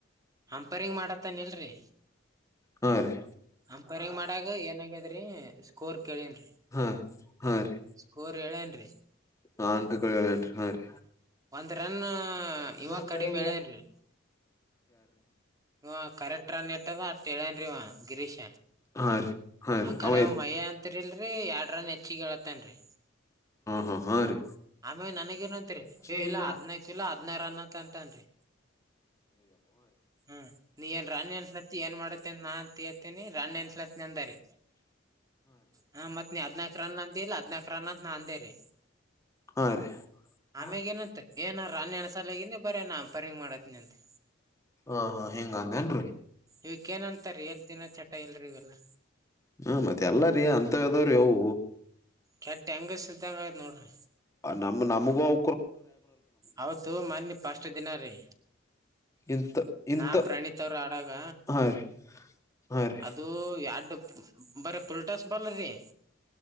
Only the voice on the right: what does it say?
ಅಂಪೈರಿಂಗ್ ಮಾಡತ್ತಾನ ಇಲ್ರಿ
ಅಂಪೈರಿಂಗ್ ಮಾಡಾಗ ಏನಾಗ್ಯದ್ರಿ ಸ್ಕೋರ್ ಕೇಳೇನ್ರಿ
ಸ್ಕೋರ್ ಹೇಳೇನ್ರಿ
ಒಂದ್ ರನ್ ಇವ
ಕಡಿಮೆ
ಹೇಳೇನ್ರಿ ಇವ ಕರೆಕ್ಟ್ ರನ್ ಇಟ್ಟದ ಅಟ್ ಹೇಳೇನ್ರಿ ಇವ ಗಿರೀಶ
ಆ ಕಡೆ
ಮಯ್ಯ ಅಂತಿರಿಲ್ರಿ ಎರಡ್ ರನ್ ಹೆಚ್ಚಿಗೆ ಹೇಳತ್ತನ್ರಿ
ಆಮೇಲೆ ನನಗೇನಂತ್ರಿ
ಏ ಇಲ್ಲ ಹದ್ನಾಕ್ ಇಲ್ಲ ಹದ್ನಾರು ರನ್ ಅಂತ ಅಂತನ್ರಿ ಹ್ಮ್ ನೀ ಏನ್ ರನ್ ಎನ್ಸ್ಲತ್ತಿ ಏನ್ ಮಾಡತ್ತೆ ಅಂತ ನಾ ಅಂತ ಹೇಳ್ತೀನಿ ರನ್ ಎನ್ಸ್ಲತ್ನಿ ಅಂದರಿ ಹಾ ಮತ್ ನೀ ಹದ್ನಾಕ್ ರನ್ ಅಂದಿಲ್ಲ ಹದ್ನಾಕ್ ರನ್ ಅಂತ ನಾ ಅಂದೇರಿ
ಆಮ್ಯಾಗ ಏನಂತ ಏನ ರಾಣಿ ಹೆಣಸಾಲಗನಿ ಬರ ನ ಅ ಪರಿಂಗ ಮಾಡತ್ನಿ ಅಂತೆ
ಇವಕ್ ಏನಂತಾರೀ ಎಲ್ ದಿನ ಚಟ ಇಲ್ರಿೀ ಇವೆಲ್ಲಾ
ಕೆಟ್ಟ ಹೆಂಗಸಂಗ ನೋಡ್ರಿ
ಹೌತ್ತು ಮನ್ನಿ ಪಸ್ ದಿನ ರೀ
ನಾ ಪ್ರಣೀತ್ ಅವರು ಆಡಾಗ
ಅದು ಎಡು ಬರ ಪಲ್ ಲ್ ಟಸ್ ಬಲ್ ರೀ